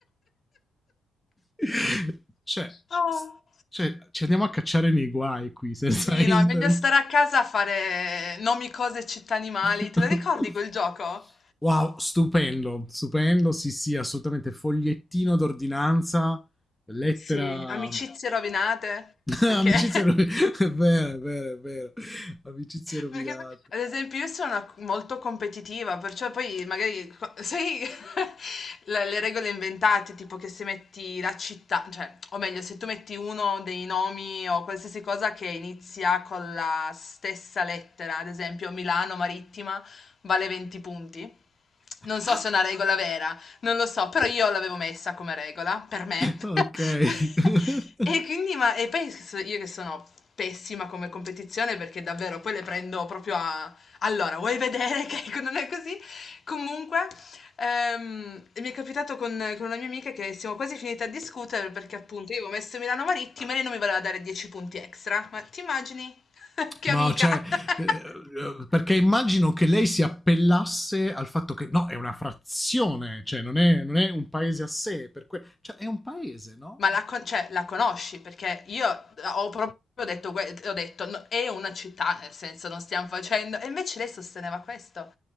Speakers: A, in the centre; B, on the left.
A: <laughs> cioè,
B: Oh.
A: s- cioè, ci andiamo a cacciare nei guai qui senza
B: Sì,
A: internet.
B: no, è meglio stare a casa a fare nomi, cose, città, animali.
A: <laughs>
B: Te lo ricordi quel gioco?
A: Wow, stupendo, stupendo, sì sì, assolutamente, fogliettino d'ordinanza, lettera,
B: Sì, amicizie rovinate,
A: <laughs>
B: perché...
A: amicizie
B: <laughs>
A: rovinate, <laughs> è vero, è vero, è vero, amicizie rovinate.
B: Perché poi, ad esempio io sono una- molto competitiva, perciò poi magari, co- sai, <laughs> le, le regole inventate, tipo che se metti la città, cioè, o meglio, se tu metti uno dei nomi o qualsiasi cosa che inizia con la stessa lettera, ad esempio Milano Marittima vale 20 punti. Non so
A: Ah,
B: se è una regola vera, non lo so, però io l'avevo messa come regola, per me.
A: ok.
B: <laughs>
A: <laughs>
B: E quindi, ma, e poi s- io che sono pessima come competizione perché davvero poi le prendo proprio a... Allora, vuoi vedere che <laughs> non è così? Comunque, ehm, mi è capitato con, con una mia amica che siamo quasi finite a discutere perché appunto io avevo messo Milano Marittima e lei non mi voleva dare 10 punti extra. Ma ti immagini? <laughs> Che
A: No,
B: amica!
A: cioè,
B: <laughs>
A: eh, eh, perché immagino che lei si appellasse al fatto che no, è una frazione, cioè non è, non è un paese a sé, per que- cioè è un paese, no?
B: Ma la con cioè la conosci? Perché io ho proprio detto que ho detto: "No è una città, nel senso non stiamo facendo" e invece lei sosteneva questo.